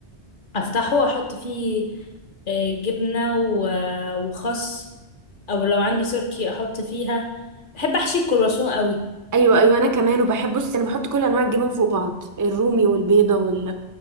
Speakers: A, on the left; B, on the right.
A: افتحه واحط فيه آه، جبنه و- وخس او لو عندي تركي احط فيها بحب احشي الكرواسون قوي
B: ايوه ايوه انا كمان وبحب بص انا بحط كل انواع الجبن فوق بعض الرومي والبيضه وال